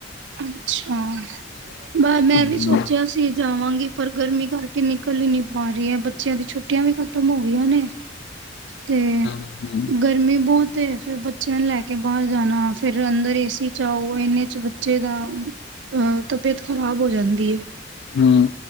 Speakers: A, on the right; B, on the left.
A: ਅੱਛਾ ਬਸ ਮੈਂ
B: ਹਮ
A: ਵੀ ਸੋਚਿਆ ਸੀ ਜਾਵਾਂਗੀ ਪਰ ਗਰਮੀ ਕਰਕੇ ਨਿਕਲ ਹੀ ਨਹੀਂ ਪਾ ਰਹੀ ਹੈ ਬੱਚਿਆਂ ਦੀ ਛੁੱਟੀਆਂ ਵੀ ਖਤਮ ਹੋ ਗਈਆਂ ਨੇ ਤੇ
B: ਹਮ
A: ਗਰਮੀ ਬਹੁਤ ਫੇਰ ਬੱਚਿਆਂ ਨੂੰ ਲੈ ਕੇ ਬਾਹਰ ਜਾਣਾ ਫੇਰ ਅੰਦਰ ਏ ਸੀ ਚ ਆਓ ਇਨੇ ਚ ਜੇਦਾ ਅਹ ਤਬੀਅਤ ਖ਼ਰਾਬ ਹੋ ਜਾਂਦੀ ਹੈ
B: ਹੂ